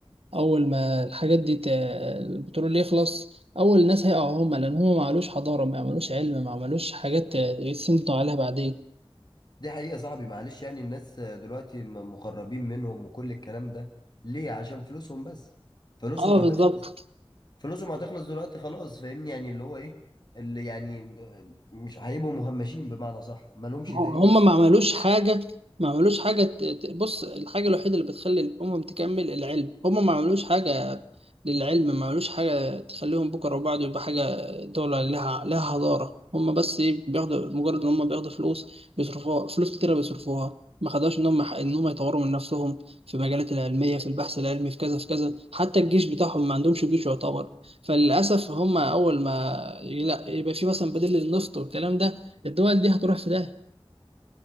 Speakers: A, on the right; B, on the left.
A: اول ما الحاجات دي ت... البترول يخلص اول ناس هيقعوا هم لان هم ما عملوش حضاره ما عملوش علم ما عملوش حاجات يتسندوا عليها بعدين
B: دي حقيقة يا صاحبي معلش يعني الناس دلوقتي م- مقربين منهم وكل الكلام ده ليه عشان فلوسهم بس فلوسهم
A: اه
B: هتخلص
A: بالظبط
B: فلوسهم هتخلص دلوقتي خلاص فاهمني يعني اللي هو ايه اللي يعني ب- مش هيبقوا مهمشين بمعنى صح مالهمش
A: هم
B: تاريخ
A: ما عملوش حاجة ما عملوش حاجة ت- ت- بص الحاجة الوحيدة اللي بتخلي الأمم تكمل العلم هم ما عملوش حاجة للعلم ما عملوش حاجة تخليهم بكرة وبعد يبقى حاجة دولة لها لها حضارة هم بس إيه بياخدوا مجرد إن هم بياخدوا فلوس بيصرفوها فلوس كتيرة بيصرفوها ما خدوش إن هم إن هم يطوروا من نفسهم في المجالات العلمية في البحث العلمي في كذا في كذا حتى الجيش بتاعهم ما عندهمش جيش يعتبر فللأسف هم أول ما يلا- يبقى في مثلا بديل للنفط والكلام ده الدول دي هتروح في ده